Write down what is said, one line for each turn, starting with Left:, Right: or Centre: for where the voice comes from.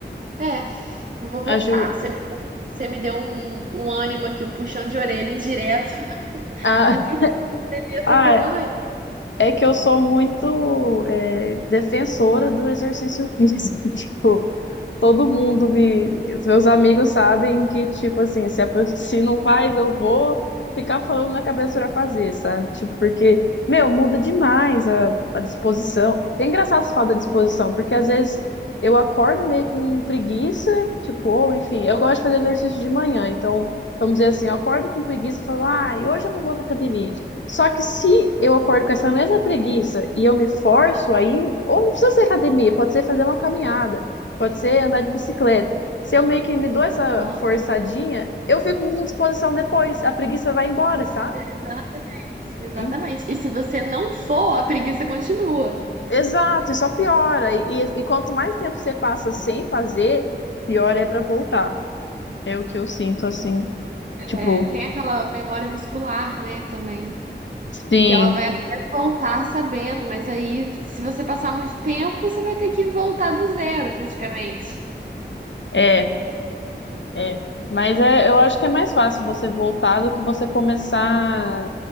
Right: É, vou voltar.
Left: Aju
Right: Você me, você me deu um, um ânimo aqui, um puxão de orelha indireto. <laughs>
Left: ah,
Right: Vou procurar
Left: <laughs>
Right: e essa
Left: ah,
Right: semana ainda.
Left: é que eu sou muito é, defensora do exercício físico. <laughs> Tipo, todo mundo me. Os meus amigos sabem que, tipo assim, se, a pe- se não faz, eu vou ficar falando na cabeça pra fazer, sabe? Tipo, porque, meu, muda demais a, a disposição. E é engraçado você falar da disposição, porque às vezes eu acordo meio com preguiça, tipo, ou enfim, eu gosto de fazer exercício de manhã, então, vamos dizer assim, eu acordo com preguiça e falo, ai, hoje eu não vou na academia. Só que se eu acordo com essa mesma preguiça e eu me forço aí, ou não precisa ser academia, pode ser fazer uma caminhada Pode ser andar de bicicleta. Se eu meio que me dou essa
Right: Aham.
Left: forçadinha, eu fico com disposição depois. A preguiça vai embora, sabe?
Right: Exatamente. Exatamente.
Left: Hein?
Right: E se você não for, a preguiça continua.
Left: Exato, e só piora. E, e- e quanto mais tempo você passa sem fazer, pior é pra voltar. É o que eu sinto, assim. Tipo,
Right: É, tem aquela memória muscular, né, também.
Left: sim,
Right: Que ela vai até voltar sabendo, mas aí, se você passar muito tempo, você vai ter que voltar do zero, praticamente.
Left: é, é. Mas é, eu acho que é mais fácil você voltar do que você começar.